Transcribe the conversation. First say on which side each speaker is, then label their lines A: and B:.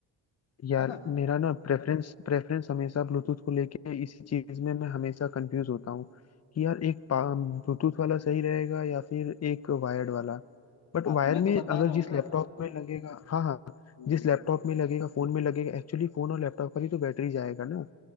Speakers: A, on the left; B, on the left.
A: यार
B: है ना
A: मेरा ना प्रेफरेंस प्रेफरेंस हमेशा ब्लूटूथ को लेके इसी चीज में मैं हमेशा कंफ्यूज होता हूँ कि यार एक ब्लूटूथ वाला सही रहेगा या फिर एक वायर्ड वाला बट
B: हाँ
A: वायर
B: तो मैं तो
A: में
B: बता
A: अगर
B: रहा
A: जिस
B: हूँ ना
A: लैपटॉप में लगेगा हाँ हाँ
B: हम्म,
A: जिस लैपटॉप में लगेगा फोन में लगेगा एक्चुअली फोन और लैपटॉप का ही तो बैटरी जाएगा ना